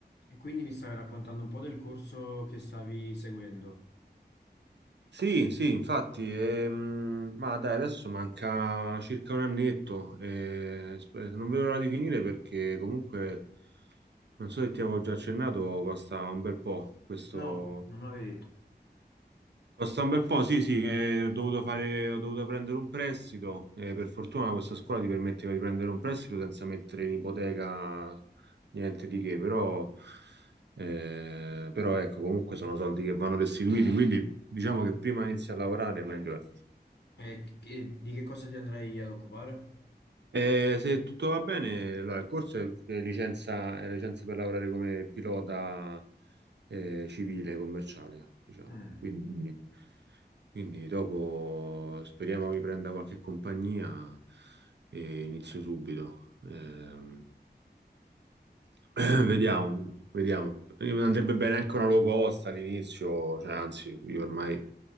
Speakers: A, on the left; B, on the right.
A: E quindi mi stavi raccontando un po' del corso che stavi seguendo.
B: Sì, sì, infatti, ehm, ma dai, adesso manca circa un annetto, e sp- non vedo l'ora di finire perché comunque, non so se ti avevo già accennato, costa un bel po' questo,
A: No, non me l'avevi detto.
B: Costa un bel po', sì, sì, eh, ho dovuto fare, ho dovuto prendere un prestito. eh, per fortuna questa scuola ti permetteva di prendere un prestito senza mettere in ipoteca niente di che, però, eh, però ecco, comunque sono soldi che vanno restituiti, quindi diciamo che prima inizi a lavorare meglio è.
A: E che- di che cosa ti andrai ad occupare?
B: Eh, se tutto va bene, allora, il corso è è licenza, è licenza per lavorare come pilota eh, civile, commerciale, diciamo.
A: Mm.
B: Quindi, quindi dopo speriamo mi prenda qualche compagnia e inizio subito. Ehm, <clears throat> Vediamo, vediamo. Eh, Andrebbe bene anche una low cost all'inizio, cioè, anzi, io ormai,